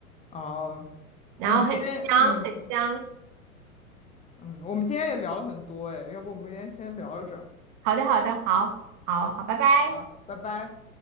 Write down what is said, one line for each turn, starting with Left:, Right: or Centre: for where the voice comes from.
Left: 哦、
Right: 然后很香很香。
Left: 我们今天，嗯嗯，我们今天也聊了很多，哎，要不我们今天先聊着，
Right: 好的好的，好好好，拜拜。
Left: 好，拜拜。